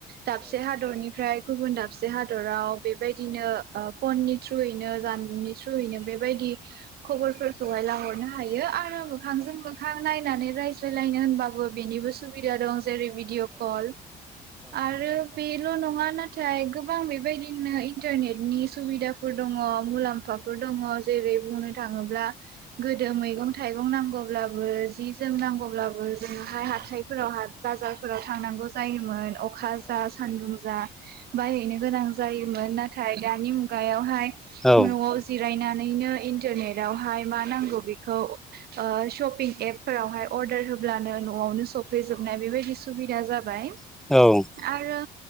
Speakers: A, on the right; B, in the centre.
A: दाबसे हादरनिफ्राय गुबुन दाबसे हादराव बेबायदिनो ओ फननि थ्रुयैनो जानबुंनि थ्रुयैनो बेबायदि खबरफोरखौहाय लाहोन नो हायो आरो मोखांजों मोखां नायनानै रायज्लायलायनो होनबाबो बेनिबो सुबिदा दं । जेरै भिदिअ कल आरो बे ल' नङा नाथाय गोबां बेबायदिनो इन्टारनेटनि सुबिदाफोर दङ मुलाम्फाफोर दङ जेरै बुंनो थाङोब्ला गोदो मैगं थाइ गं नांगौब्लाबो जि जोम नांगौब्लाबो जोंहाय हाथायफोराव हाय बाजार फोराव थांनांगौ जायोमोन। अखा जा सान्दुं जा बायहैनो गोनां जायोमोन नाथाय दानि मु गायावहाय न'आव
B: औ
A: जिरायना नैनो इन्टारनेटावहाय मा नांगौ बेखौ ओ शपिं एप फोरावहाय अर्डार होब्लानो न'आवनो सफैजोबनाय बेबायदि सुबिदा जाबाय।
B: औ औ
A: आरो